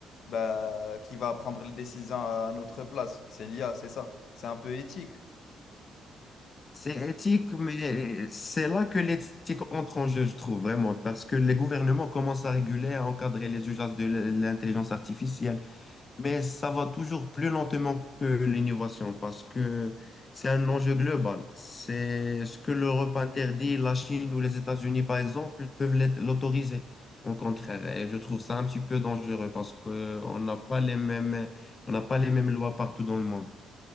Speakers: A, on the left (about 55°); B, on the left (about 25°).
A: bah, qui va prendre les décisions à notre place? C'est l'IA, c'est ça. C'est un peu éthique.
B: C'est éthique, mais c'est là que l'éthique entre en jeu, je trouve vraiment, parce que les gouvernements commencent à réguler, à encadrer les usages de l- l'intelligence artificielle, mais ça va toujours plus lentement que l'innovation, parce que c'est un enjeu global. C'est ce que l'Europe interdit, la Chine ou les États-Unis, par exemple, peuvent l'être- l'autoriser. Au contraire, et je trouve ça un petit peu dangereux parce que on n'a pas les mêmes, on n'a pas les mêmes lois partout dans le monde.